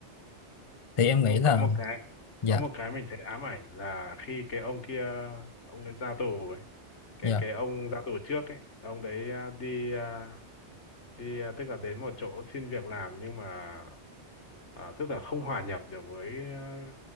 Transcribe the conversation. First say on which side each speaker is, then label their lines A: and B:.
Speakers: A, on the left; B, on the left.
A: thì em
B: nhưng
A: nghĩ
B: mà
A: là
B: có một cái
A: dạ
B: có một cái mình thấy ám ảnh là khi cái ông kia ông ấy ra tù ấy cái
A: dạ
B: cái ông ra tù trước ấy ông đấy à, đi à, đi à, tức là đến một chỗ xin việc làm nhưng mà à, tức là không hòa nhập được với à,